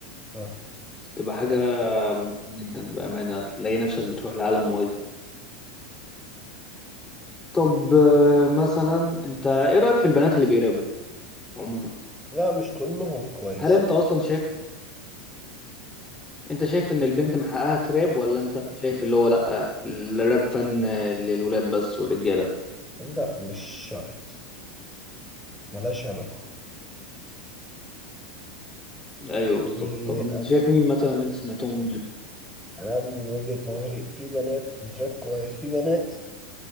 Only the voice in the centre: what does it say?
آه.
لا مش كلهم كويس
لا مش شرط ملهاش علاقة
في-
أنا
أنا من وجهة نظري في بنات بتراب كويس في بنات